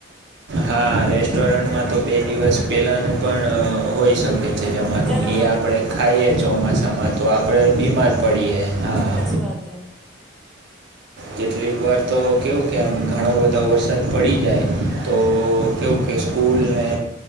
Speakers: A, on the right; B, in the centre.
A: હા, રેસ્ટોરન્ટમાં તો બે દિવસ પહેલાનું પણ હોય શકે. જમાનું
B: એના
A: એ
B: માટે
A: આપડે
B: પ
A: ખાઈએ ચોમાસામાં તો આપડે બીમાર પડીએે, હા.
B: રાતે
A: કેટલીક વાર તો કેવું કે આમ ઘણો બધો વરસાદ પડી જાય તો કેવું કે સ્કૂલને